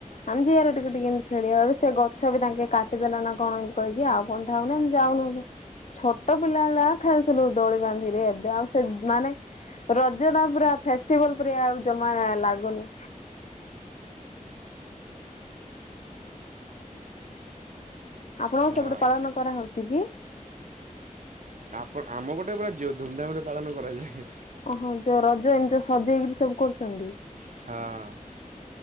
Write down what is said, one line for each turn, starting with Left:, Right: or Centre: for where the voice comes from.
Left: ଆମେ ଜିଆ ର ଟିକେ ଟିକେ ଏମତି ଖେଳି ଆକୁ ସେ ଗଛ ବି ତାଙ୍କେ କାଟିଦେଲା ନା କଣ ଏମତି କହିକି ଆଉ କଁ ଥାଉନା ଯାଉନୁ ଛୋଟ ପିଲା ବେଳା ଖେଳୁଥିଲୁ ଦୋଳି ବାନ୍ଧିରେ ଏବେ ଆଉ ସେ ମାନେ ରଜ ଟା ପୁରା ଫେଷ୍ଟିଭଲ ପରିଆ ଆଉ ଜମା ଲାଗୁନି। ଆପଣଙ୍କ
Right: ହଁ
Left: ସେପଟେ ପାଳନ କରାହଉଛି କି?
Right: ଆପଣ ଆମ ପଟେ ପୁରା ଜୋ ଧୁମଧାମରେ ପାଳନ କରାଯାଏ। ହେଁ
Left: ଓହୋଃ ଯଉ ରଜ ଏନ ଯୋଉ ସଜେଇ କିରି ସବୁ କରୁଛନ୍ତି।
Right: ହଁ।